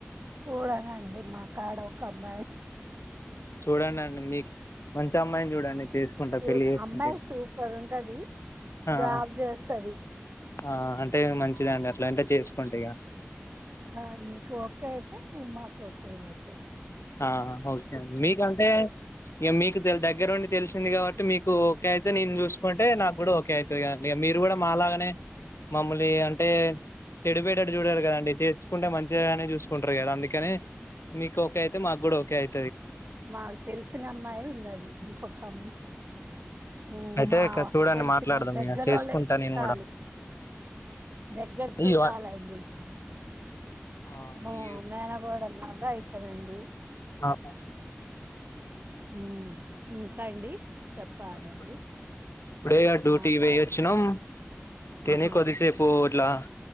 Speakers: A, on the right; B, on the left.
A: తూళగా అండి మా కాడ ఒక అమ్మాయి
B: చూడండిండి మీ మంచి అమ్మాయిని చూడండి చేసుకుంటా
A: సూ
B: పెళ్లి చేసుకుంటే
A: అమ్మాయి సూపర్ ఉంటది
B: ఆ
A: జాబ్
B: ఆ
A: చేస్తది.
B: ఆ అంటే మంచిదండి అట్లా అంటే చేసుకుంట ఇక
A: హ నీకు ఓకే అయితే ని మాకు ఓకే అయినట్టు
B: ఆ ఒకే అండి మీకంటే ఇ మీకు దగ్గర ఉండి తెలిసింది కాబట్టి మీకు ఓకే అయితే నేను చూసుకుంటే నాకు కూడా ఓకే అయితది కదండి. మీరు కూడా మాలాగానే మమ్మల్ని అంటే చెడిపోయటట్టు చూడరు కదండి కుంటే మంచి మంచి గానే చూసుకుంటారు గదా అందుకనే మీ మాకుగూడ ఒకే అయి
A: మాకు తెలిసిన అమ్మాయే ఉన్నది ఇంకొక అమ్మ మ్మ్
B: అయితే
A: మా
B: ఇక చూడండి
A: తెలిసిన
B: మాట్లాడదాం
A: దగ్గరోళ్ళే
B: ఇగ చేసుకుంటా
A: సుట్టాలు
B: నేను కూడా
A: దగ్గర చుట్టాలండి
B: ఈ వ ఆ
A: మా
B: ఈ
A: మేనకోడలు లాగా అయితదండి
B: ఆహ
A: మ్మ్ ఇంకా అండి చెప్పాలండి
B: <inaudible> ఇప్పుడే అ డ్యూటీకి
A: ఆ
B: పోయిచ్చినం తిని
A: ఆహా
B: కొద్దిసేపు ఇట్లా